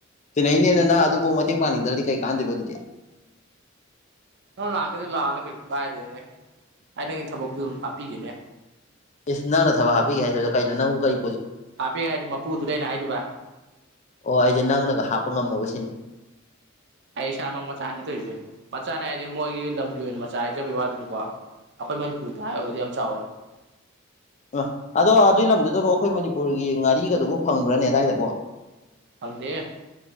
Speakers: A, on the left (about 35°); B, on the right (about 60°).
A: ꯇꯤꯅꯩꯅꯦꯅ ꯅꯪ ꯑꯗꯨꯕꯧ ꯃꯇꯦꯡ ꯄꯥꯡꯅꯤꯡꯗ꯭ꯔꯗꯤ ꯀꯩ ꯀꯥꯟꯅꯗꯣꯏꯕ ꯑꯗꯨꯗꯤ
B: ꯅꯪ ꯂꯥꯛꯀꯦꯁꯨ ꯂꯥꯛꯑꯣꯅꯦ ꯀꯩꯁꯨ ꯀꯥꯏꯗꯦꯅꯦ ꯑꯩ ꯅꯪꯒꯤ ꯊꯕꯛꯇꯨ ꯑꯗꯨꯝ ꯍꯥꯞꯄꯤꯒꯦꯅꯦ
A: ꯏꯁ ꯅꯪꯅ ꯊꯕꯛ ꯍꯥꯞꯄꯤꯒꯦ ꯍꯥꯏꯖꯦ ꯀꯩꯅꯣ ꯅꯪꯕꯨ ꯀꯩ
B: ꯍꯥꯞꯄꯦ ꯍꯥꯏꯗꯤ ꯃꯄꯨꯗꯨꯗ ꯑꯩꯅ ꯍꯥꯏꯗꯨꯕ
A: ꯑꯣ ꯑꯩꯗꯤ ꯅꯪꯅꯒ ꯍꯥꯞꯄ ꯉꯝꯃꯕ ꯁꯤꯅꯤ
B: ꯑꯩ ꯏꯁꯥꯃꯛ ꯃꯆꯥꯅꯦ ꯇꯣꯏꯔꯤꯁꯦ ꯃꯆꯥꯅꯦ ꯍꯥꯏꯗꯤ ꯃꯣꯏꯒꯤ ꯂꯝꯒꯤ ꯑꯣꯏꯅ ꯃꯆꯥ ꯍꯥꯏꯖꯕꯒꯤ ꯋꯥꯗꯨꯅꯤꯀꯣ ꯑꯩꯈꯣꯏ ꯃꯅꯤꯄꯨꯔꯗ ꯍꯥꯏꯔꯒꯗꯤ ꯌꯥꯝ ꯆꯥꯎꯋꯦ
A: ꯑ ꯑꯗꯣ ꯑꯗꯨꯏ ꯂꯝꯗꯨꯗꯕꯨ ꯑꯩꯈꯣꯏ ꯃꯅꯤꯄꯨꯔꯒꯤ ꯉꯥꯔꯤꯒꯗꯨꯕꯨ ꯐꯪꯕ꯭ꯔꯅꯦ ꯑꯗꯨꯋꯥꯏꯗꯕꯣ
B: ꯐꯪꯗꯦ